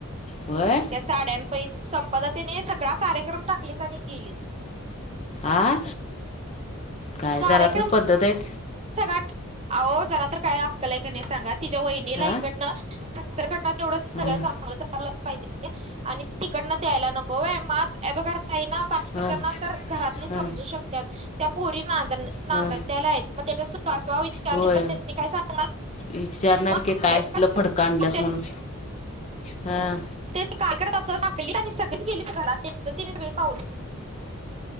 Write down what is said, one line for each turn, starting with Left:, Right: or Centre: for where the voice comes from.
Left: होय
Right: त्या साड्यांपैंच संपदा तेनी सगळा कार्यक्रम टाकलीत आणि गेलीत.
Left: आ काय
Right: कार्यक्रम
Left: जरा तर पद्धत आहेत
Right: <unintelligible> अहो जरा तर काय अक्कल हाय काय नाही सांगा, तिच्या वहिनीला
Left: हा
Right: इकडनं दुसरीकडनं तेवढं सगळं
Left: ह
Right: चांगलं चांगलं, चांगलं पाहिजे आणि तिकडनं द्यायला नको व्हय. मग आता हे बघ घरा काही ना बाकीच्यांना
Left: ह
Right: तर घरातले समजू
Left: ह
Right: शकतात. त्या पोरी ना नांदत्याल्या
Left: ह
Right: आहेत मग त्याच्या <unintelligible> विचारली
Left: होय
Right: तर त्यांनी काय सांगणार?
Left: विचारणार
Right: मग
Left: की काय
Right: लय
Left: असलं
Right: फारच
Left: फडक
Right: बोस
Left: आणल्यास म्हणून हा.
Right: तेच कार्यक्रम असं टाकली आणि सगळीच गेली <unintelligible> तेंच तेनी सगळी पाह